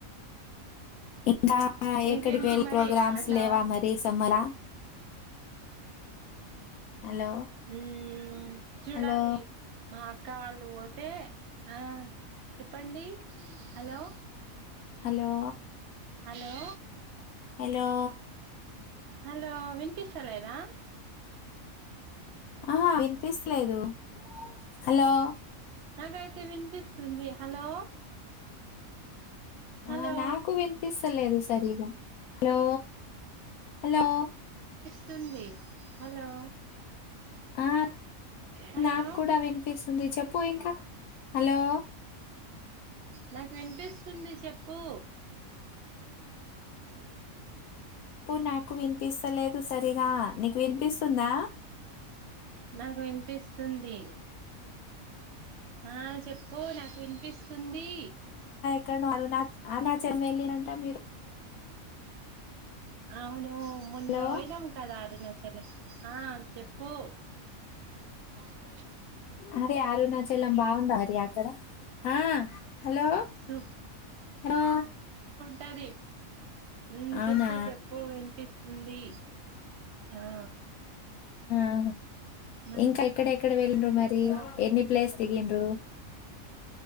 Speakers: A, on the left; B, on the right.
A: ఇంకా
B: ఇంకేంటి
A: ఎక్కడికి వెళ్ళి
B: మరి
A: ప్రోగ్రామ్స్
B: అట్లా
A: లేవా మరి సమ్మరా హలో
B: హ్మ్ చూడాలి
A: హలో
B: మా అక్క వాళ్ళు పోతే ఆ చెప్పండి hello
A: hello
B: hello
A: hello
B: hello విన్ ఇస్తలేదా అ <unintelligible>
A: ఆహా ఇంపిస్తలేదు హలో
B: నాకైతే వినిపిస్తుంది హలో హలో
A: ఆ నాకు వినిపిస్తలేదు సరిగా హలో హలో
B: తుంది హలో
A: ఆ
B: హలో
A: నాకు కూడా విన్ పిస్ ఉంది చెప్పు ఇంకా హలో
B: నాకు వినిపిస్తుంది చెప్పు ఇంకా ఎందుకు <unintelligible>
A: పో నాకువిన్ పిస్తలేదు సరిగా నీకు వినిపిస్ ఉందా
B: నాకు వినిపిస్తుంది ఆచ్ చెప్పు నాకు వినిపిస్తుంది
A: ఎక్కనో అరుణచ్ అరుణాచలం వెళ్లిరంట మీరు
B: అవునూ మోన్నవయినం
A: హలో
B: కద అరుణ చెట్లక్ ఆ చెప్ పో ఆ
A: అరే అరుణచలం బాగుండదా మరి అక్కడ ఆ హలో
B: సు
A: హలో
B: టది హుమ్
A: అవునా
B: చెప్పు చెప్పు వినిపిస్తుంది ఆ
A: అ
B: మత్
A: ఇంకా ఎక్కడెక్కడ వెల్లిండ్రు మరి
B: సో
A: ఎన్ని ప్లేస్ దిగిండ్రు